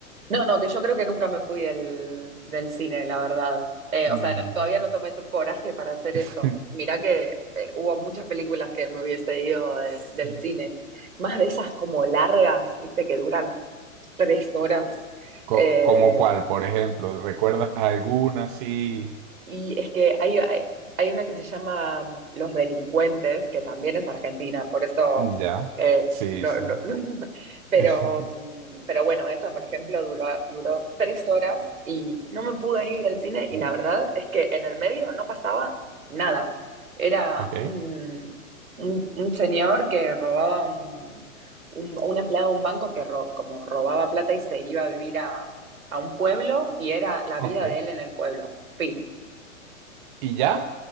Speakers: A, on the right; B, on the right.
A: no, no, que yo creo que nunca me fui del, del cine, la verdad. Eh,
B: Mm.
A: o sea, no- todavía no tomé tu- coraje para hacer
B: <laughs>
A: eso. Mirá que eh, hubo muchas películas que me hubiese ido de-
B: Sí.
A: del cine. Más de esas como largas, viste, que duran tres horas
B: Co-
A: eh,
B: como cuál, por ejemplo, ¿recuerdas alguna así?
A: Y es que hay, hay, hay una que se llama mm, Los Delincuentes, que también es argentina, por eso
B: Ya,
A: eh,
B: sí,
A: no,
B: sí.
A: no, no- <laughs> pero,
B: <laughs>
A: mm, pero bueno, esa, por ejemplo, duró, duró tres horas y no me pude ir del cine y
B: Uf,
A: la verdad es que en el medio no pasaba nada. Era
B: ok,
A: un, un, un señor que robaba un, un, un empleado de un banco que ro- como robaba plata y se iba a vivir a, a un pueblo y era la
B: ok.
A: vida de él en el pueblo. Fin.
B: Y ya,